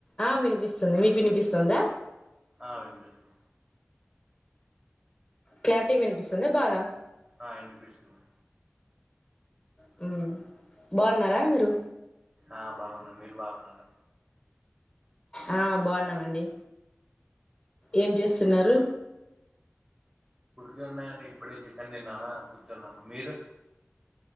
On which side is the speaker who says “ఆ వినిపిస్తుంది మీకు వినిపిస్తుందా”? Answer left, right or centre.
Left